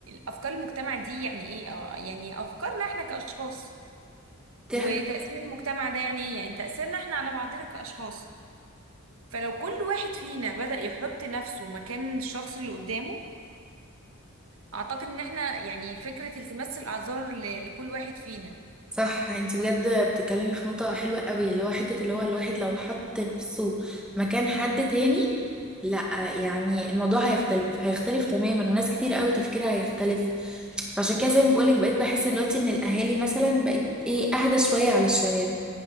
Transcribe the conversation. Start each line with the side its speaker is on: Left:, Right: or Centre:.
Right: أفكار المجتمع دي يعني إيه آه، يعني أفكارنا إحنا كأشخاص
Centre: قصدك
Right: وتأثير المجتمع ده يعني إيه يعني تأثيرنا إحنا على بعضنا كأشخاص فلو كل واحد فينا بدأ يحط نفسه مكان الشخص اللي قدامه أعتقد إن إحنا يعني فكرة التماس الأعذار ل- لكل واحد فينا
Centre: صح انت بجد بتتكلمي في نقطة حلوة قوي اللي هو حتة اللي هو الواحد لو حط نفسه مكان حد تاني لا يعني الموضوع هيختلف هيختلف تماما وناس كتير قوي تفكيرها هيختلف فعشان كده زي ما بقولك بقيت بحس دلوقتي ان الاهالي مثلا بقت ايه اهدى شوية على الشباب